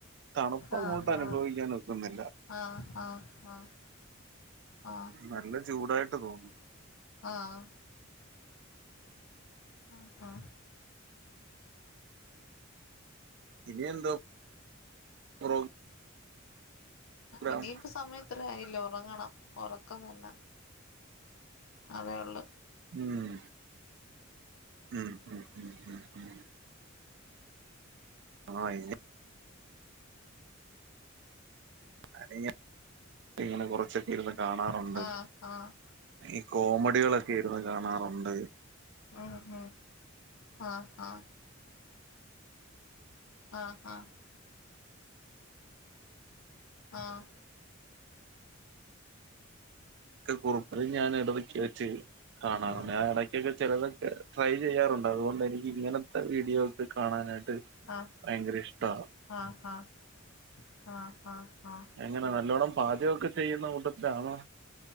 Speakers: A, on the right; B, on the left.
A: തണുപ്പങ്ങോട്ടനുഭവിക്കാനൊക്കുന്നില്ല.
B: ആഹ് ആഹ് ആഹ് ആഹ് ആഹ്
A: നല്ല ചൂടായിട്ട് തോന്നും.
B: ആഹ് ആ ആ
A: ഇനിയെന്തോ <unintelligible> പ്രോഗ്രാം
B: ഇനിയിപ്പ സമയം ഇത്രെയായല്ലോ. റങ്ങണം ഒറക്കം തന്നെ. അതേയൊള്ളു.
A: ഉം ഉം ഉം ഉം ഉം ഉം ആ ഇനി അതിങ്ങ പ്പങ്ങിനെ കൊറച്ച് ഇരുന്ന് കാണാറൊണ്ട്,
B: ആഹ് ആഹ്
A: ഈ കോമഡികളൊക്കെ ഇരുന്ന് കാണാറൊ അതേ
B: ആ ആ ആ ആ ആ ആ ആ
A: ഒക്കെ കുറപ്പില് ഞാൻ ഇടതൊക്ക ചെയ്യും. കാണാറൊണ്ട്
B: ഉം
A: ഇടക്കൊക്കെ ചെലതൊക്കെ ട്രൈ ചെയ്യാറുണ്ട് അതുകൊണ്ടെനിക്ക് ഇങ്ങനത്തെ വീഡിയോ ഒക്കെ കാണാനായിട്ട്
B: ആഹ്
A: ഭയങ്കര ഇഷ്ടാ.
B: ആഹ് ആഹ് ആഹ് ആഹ് ആഹ്
A: എങ്ങനെ നല്ലോണ്ണം പാചമൊക്കെ ചെയ്യുന്ന കൂട്ടത്തി ച്ചാണോ?